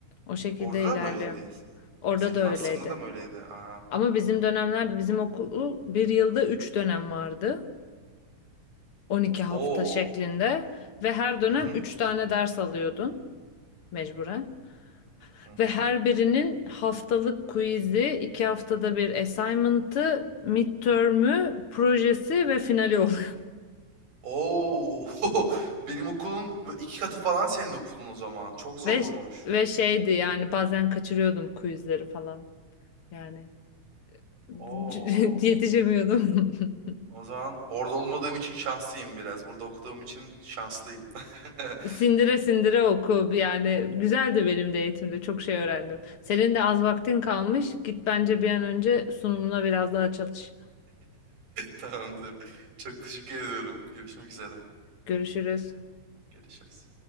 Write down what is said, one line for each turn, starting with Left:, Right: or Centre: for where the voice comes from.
Left: O şekilde
Right: Orada da
Left: ilerliyor.
Right: mı öyleydi?
Left: Orada
Right: Senin
Left: da
Right: master'ında
Left: öyleydi.
Right: da mı öyleydi? Aa.
Left: Ama bizim dönemler, bizim okulu bir yılda 3 dönem vardı. on iki hafta
Right: Oo.
Left: şeklinde. Ve her dönem
Right: Hı hı.
Left: 3 tane ders alıyordun mecburen.
Right: Hı hı.
Left: Ve her birinin haftalık quiz'i, 2 haftada bir assignment'ı, midterm'ü, projesi ve finali <laughs>
Right: O! <laughs> Benim okulun bö 2 katı falan senin okulun o zaman. Çok zormuş.
Left: Ve ve şeydi yani bazen kaçırıyordum quizleri falan. Yani <laughs>
Right: O!
Left: yetişemiyordum. <laughs>
Right: O zaman orada olmadığım için şanslıyım biraz. Burada okuduğum için şanslıyım. <laughs>
Left: Sindire sindire oku yani güzeldi benim de eğitimde çok şey öğrendim. Senin de az vaktin kalmış. Git bence bir an önce sunumuna biraz daha çalış.
Right: Tamamdır. Çok teşekkür ediyorum. Görüşmek üzere.
Left: Görüşürüz.
Right: Görüşürüz.